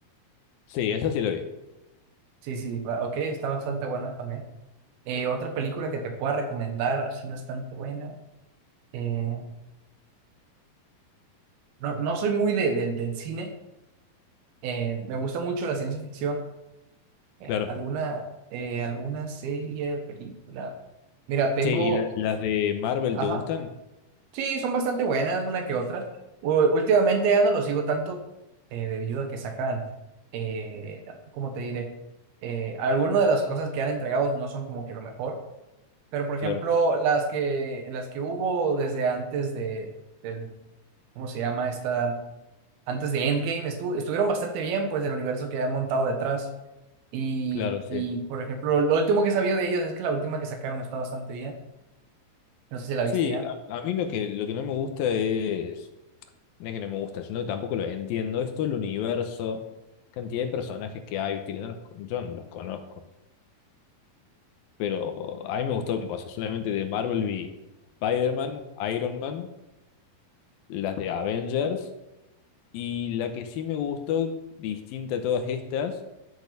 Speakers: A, on the left; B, on the right.
A: Sí, esa sí la vi,
B: Sí, sí. va- Ok, está bastante buena también. Eh, otra película que te pueda recomendar, así bastante buena. eh, no, no soy muy de, del del cine. eh, me gusta mucho la ciencia ficción. eh,
A: claro.
B: alguna, eh, alguna serie, película. Mira, tengo.
A: Sí, ¿y la- las de Marvel
B: Ajá.
A: te gustan?
B: Sí, son bastante buenas, una que otra. U- últimamente ya no lo sigo tanto eh, debido a que sacan, eh, ¿cómo te diré? Eh, algunas de las cosas que han entregado no son como que lo mejor, pero por
A: Claro,
B: ejemplo, las que, las que hubo desde antes de, del, ¿cómo se llama esta? Antes de Endgame estu- estuvieron bastante bien, pues, del universo que han montado detrás. Y,
A: claro, sí.
B: y, por ejemplo, lo último que sabía de ellos es que la última que sacaron está bastante bien. No sé si la
A: Sí,
B: viste ya.
A: a, a mí lo que, lo que no me gusta es, no es que no me gusta, sino que tampoco lo entiendo, es todo el universo, cantidad de personajes que hay, viste, que no los, yo no los conozco, pero a mí me gustó, o sea, solamente de Marvel vi Spider-Man, Iron Man, las de Avengers, y la que sí me gustó, distinta a todas estas,